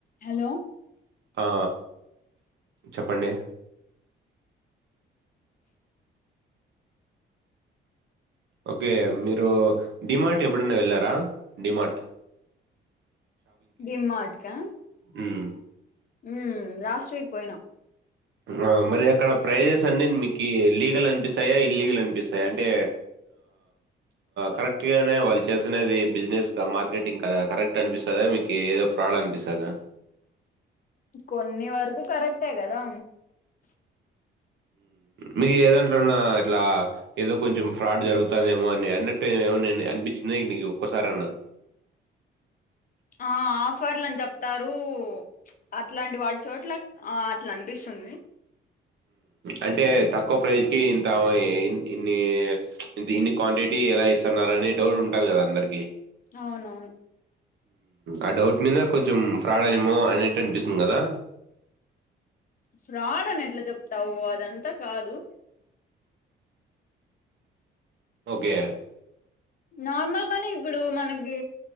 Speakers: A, on the left; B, on the right.
A: Hello
B: ఆ చెప్పండి okay మీరు డిమార్ట్ ఎప్పుడైన వెళ్ళారా డిమార్ట్
A: డిమ్ మార్ట్ క
B: హ్మ్.
A: ఉం లాస్ట్ వీక్ పోయినాం
B: ఆ మరి అక్కడ ప్రైజెస్ అన్ని మీ లీగల్ అని నిపిస్తాయా ఇల్లీగల్ అనిపిస్తాయి అంటే కరెక్ట్ గానే వాళ్ళు చేసినది బిజినెస్ మార్కెటింగ్ కద కరెక్ట్ అనిపిస్తుందా మీకు ఏదో ఫ్రాడ్ అనిపిస్తుందా
A: కొన్ని వరకు కరెక్టే కదా
B: మీకు ఏదాంట్లోన్నా ఇట్లా ఏదో కొంచెం ఫ్రాడ్ జరుగుతుందేమో అని అన్నట్టు ఏమో అనిపించింది నీకు ఒక్కసార అన్నా
A: ఆ ఆఫర్లు అని చెప్తారు అట్లాంటి వాటి చోట్ల ఆ అట్లా అనిపిస్తుంది
B: అంటే తక్కువ ప్రైస్ ఇంత ఇన్ని ఇన్ని క్వాంటిటీ ఎలా ఇస్తున్నారు అనే డౌట్ ఉంటుంది కదా అందరికి
A: అవునవును
B: ఆ డౌట్ మీద కొంచెం ఫ్రాడ్ అనేమో అనేట్టు అనిపిస్తుంది కదా
A: ఫ్రాడ్ అని ఎట్లా చెప్తావు అదంతా కాదు
B: ఓకే
A: నార్మల్ గానే ఇప్పుడు మనకి